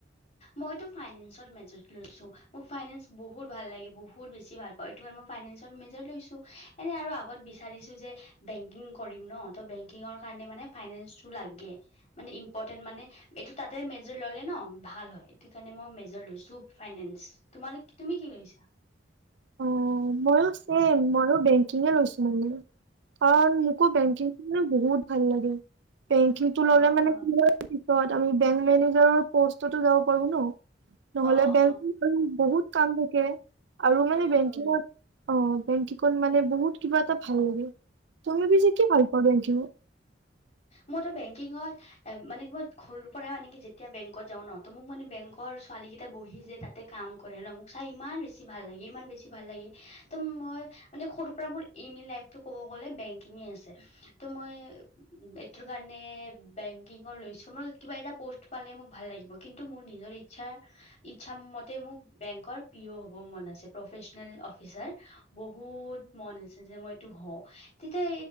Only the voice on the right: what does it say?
অ', মইও ছেম, মইও বেংকিঙ লৈছো মানে। অ', মোকো বেংকিং মানে বহুত ভাল লাগে। বেংকিংটো
ল'লে মানে
কি <unintelligible> <unintelligible> আমি বেংক মেনেজাৰৰ পষ্টতো যাব পাৰো ন। নহ'লে
<unintelligible>
বহুত কাম থাকে। আৰু
মানে বে
<unintelligible> অঁ বেংকীকত মানে বহুত কিবা এটা ভাল লাগে। তুমি পিছে কি ভাল পোৱা বেংকিং।